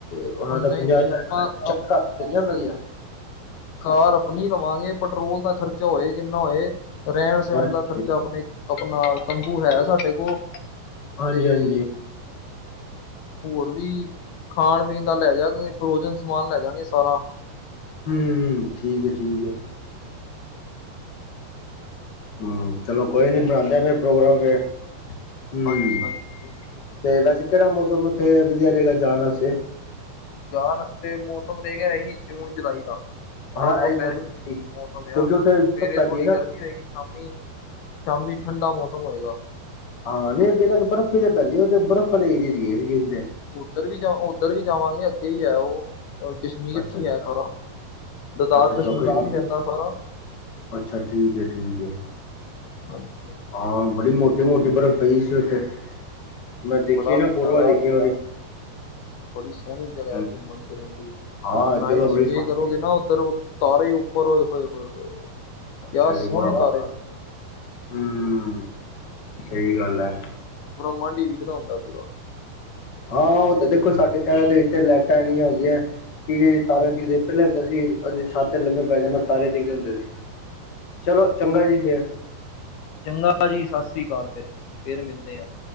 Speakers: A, on the left; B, on the left.
A: ਉਹਨਾਂ
B: ਉਹ
A: ਦਾ
B: ਨਹੀਂ
A: ਪੰਜਾਹ
B: ਨਹੀਂ
A: ਹਜ਼ਾਰ
B: ਆਪਾਂ
A: ਚਕ
B: ਅਪ-
A: ਸੀਗੀਆਂ ਉਹਨਾਂ ਦੀਆਂ।
B: ਕਾਰ ਆਪਣੀ ਲਵਾਂਗੇ, ਪੈਟਰੋਲ ਦਾ ਖਰਚਾ ਹੋਏ ਜਿੰਨਾ ਹੋਏ, ਰਹਿਣ- ਸਹਿਣ
A: ਹਾਂਜੀ
B: ਦਾ ਖਰਚਾ ਆਪਣੇ, ਆਪਣਾ ਤੰਬੂ ਹੈ ਸਾਡੇ ਕੋਲ,
A: ਹਾਂਜੀ
B: ਤੇ
A: ਹਾਂਜੀ
B: ਹੋਰ ਵੀ ਖਾਣ- ਪੀਣ ਦਾ ਲੈ ਜਾਵਾਂਗੇ, ਸਮਾਨ ਲੈ ਜਾਵਾਂਗੇ ਸਾਰਾ
A: ਹੂੰ, ਠੀਕ ਹੈ, ਠੀਕ ਹੈ। ਹੂੰ, ਚਲੋ ਕੋਈ ਨੀ ਬਣਾਉਂਦੇ ਆਂ ਫਿਰ ਪ੍ਰੋਗਰਾਮ ਫਿਰ, ਹੂੰ,
B: ਹਾਂਜੀ ਹਾਂਜੀ ਜ਼ਰੂਰ
A: ਤੇ ਵੈਸੇ ਕਿਹੜਾ ਮੌਸਮ ਉੱਥੇ ਵਧੀਆ ਰਹੇਗਾ ਜਾਣ ਵਾਸਤੇ?
B: ਜਾਣ ਵਾਸਤੇ ਮੌਸਮ ਰਹੇਗਾ, ਹੀ ਜੂਨ ਜੁਲਾਈ ਦਾ
A: ਹਨਾ
B: ਸਭ ਤੋਂ
A: ਇਹੀ
B: ਬੈਸਟ
A: ਮੌਸਮ ਠੀਕ,
B: ਮੌਸਮ
A: ਕਿਉਂਕਿ
B: ਆ ਸਵੇਰੇ
A: ਉੱਥੇ ਪੈਂਦੀ
B: ਥੋੜ੍ਹੀ
A: ਹੈ ਨਾ,
B: ਗਰਮੀ ਹੋਏਗੀ ਸ਼ਾਮੀ ਸ਼ਾਮੀ ਠੰਡਾ ਮੌਸਮ ਹੋਏਗਾ।
A: ਹਾਂ, ਨਹੀਂ ਅੱਗੇ ਜਾ ਕੇ ਬਰਫ਼ ਹੀ ਤੇ ਪੈਂਦੀ ਉਹ ਤੇ ਬਰਫ਼ ਵਾਲੇ ਏਰੀਏ ਚ' ਗਏ ਸੀਗੇ।
B: ਉੱਧਰ ਵੀ ਜਾ, ਉੱਧਰ ਵੀ ਜਾਵਾਂਗੇ। ਅੱਗੇ ਹੀ ਹੈ ਉਹ ਰ ਕਸ਼ਮੀਰ
A: ਅੱਛਾ
B: 'ਚ' ਹੀ
A: ਅੱਛਾ
B: ਹੈ ਸਾਰਾ। ਲਦਾਖ,
A: ਅੱਛਾ ਅੱਛਾ
B: ਕਸ਼ਮੀਰ
A: ਕਸ਼ਮੀ-
B: 'ਚ' ਹੀ ਪੈਂਦਾ ਸਾਰਾ।
A: ਅੱਛਾ। ਠੀਕ ਹੈ, ਠੀਕ ਹੈ।
B: ਹਾਂਜੀ। ਸਰ
A: ਹਾਂ, ਬੜੀ ਮੋਟੀ- ਮੋਟੀ ਬਰਫ਼ ਪਈ ਸੀ ਉੱਥੇ। ਮੈਂ ਦੇਖੀ
B: ਬੜਾ
A: ਹੈ ਨਾ
B: ਨਜ਼ਾਰਾ
A: ਫੋਟੋਆਂ ਦੇਖੀਆਂ
B: ਜੀ,
A: ਉਹਦੀ
B: ਬੜੀ ਸੋਹਣੀ ਜਗ੍ਹਾ
A: ਹਮ,
B: ਹੈ ਘੁੰਮਣ- ਫਿਰਨ ਦੀ,
A: ਹਾਂ
B: ਫਿਰ
A: ਜਗ੍ਹਾ
B: ਨਾਈਟ
A: ਬੜੀ
B: ਸਟੇ
A: ਸੋਹਣੀ
B: ਕਰੋਗੇ ਨਾ ਉੱਧਰ। ਤਾਰੇ ਉੱਪਰ ਹੋਏ- ਹੋਏ- ਹੋਏ- ਹੋਏ- ਹੋਏ ਕਿਆ
A: ਅੱਛਾ ਜੀ
B: ਸੋਹਣੇ
A: ਵਾਹ ਵਾਹ।
B: ਤਾਰੇ ਉੱਪਰ।
A: ਹੂੰ, ਸਹੀ ਗੱਲ ਹੈ,
B: ਬਹਮਾਂ ਡੀ ਵਿਖਦਾ ਹੁੰਦਾ ਪੂਰਾ,
A: ਹਾਂ ਉਹ ਤੇ ਦੇਖੋ ਸਾਡੇ ਸ਼ਹਿਰਾਂ ਦੇ ਵਿੱਚ ਲਾਈਟਾਂ ਇੰਨੀਆ ਹੈ ਗਈਆਂ। ਕਿ ਤਾਰੇ
B: ਹਾਂਜੀ
A: ਦਿਖਦੇ ਸੀ, ਪਹਿਲੇ ਹੁੰਦੇ ਸੀ ਛਤ ਤੇ ਲੰਮੇ ਪੈ ਜਾਂਦੇ ਤਾਰੇ ਦਿਖਦੇ ਹੁੰਦੇ ਸੀ। ਚਲੋ ਚੰਗਾ ਜੀ ਫੇਰ,
B: ਚੰਗਾ ਜੀ ਸਤਿ ਸ੍ਰੀ ਅਕਾਲ ਫੇਰ, ਫੇਰ ਮਿਲਦੇ ਹਾਂ।